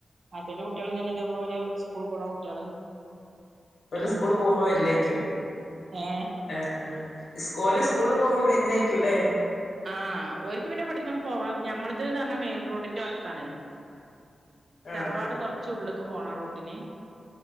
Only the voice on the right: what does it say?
നാത്തൂന്റെ കുട്ടിളും ഇതേ പോലെ സ്കൂള് പോണ കുട്ടികള്
ഏഹ്
ആഹ് ഓൽക്ക് പിന്നെ ഇവിട്ന്നും പോവാ, ഞമ്മളത്ന്ന്പറഞ്ഞാ മെയിൻ റോഡിന്റെ വക്കാണ് തറവാട്
കൊറച് ഉള്ളക്ക് പോണം റോഡിന്